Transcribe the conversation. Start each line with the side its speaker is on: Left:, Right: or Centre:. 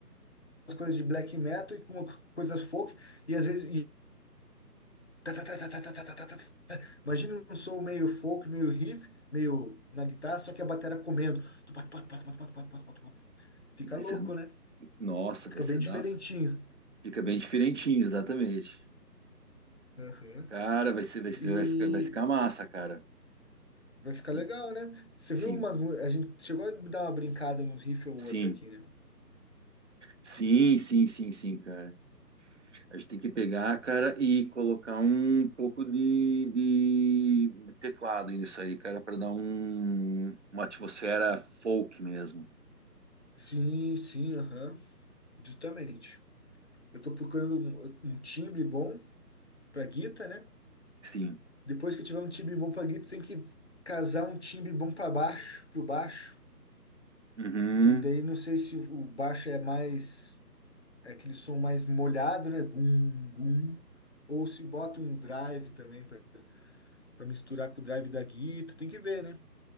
Left: coisas de black metal e com umas coisas folk, e às vezes tá, tá, tá, tá, tá, tá, tá, tá, tá, tá. tá. Imagina um som meio folk, meio riff, meio na guitarra, só que a bateria comendo. Tu pat, pat, pat, pat, pat, pat, pat, pat, pat. Fica
Right: Vai
Left: louco,
Right: ser.
Left: né?
Right: Nossa,
Left: Fica
Right: vai ser
Left: bem diferentinho.
Right: da. Fica bem diferentinho, exatamente.
Left: Aham.
Right: Cara, vai ser, vai, vai
Left: E
Right: ficar, vai ficar massa, cara.
Left: vai ficar
Right: Tem-
Left: legal, né? Você
Right: Sim,
Left: viu umas. mu- A gente chegou a dar uma brincada num riff ou
Right: sim.
Left: outro aqui, né?
Right: Sim, sim, sim, sim, cara. A gente tem que pegar, cara, e colocar um pouco de, de- de teclado nisso aí, cara, para dar um- uma atmosfera folk mesmo.
Left: Sim, sim, aham. Justamente. Eu tô procurando um, um timbre bom pra guitarra, né?
Right: Sim.
Left: Depois que eu tiver um timbre bom pra guitar, tem que casar um timbre bom pra baixo, pro baixo.
Right: Uhum.
Left: Que daí não sei se o baixo é mais, é aquele som mais molhado, né? Bum, bum. Ou se bota um drive também pra pra misturar com o drive da guitarra. Tem que ver, né?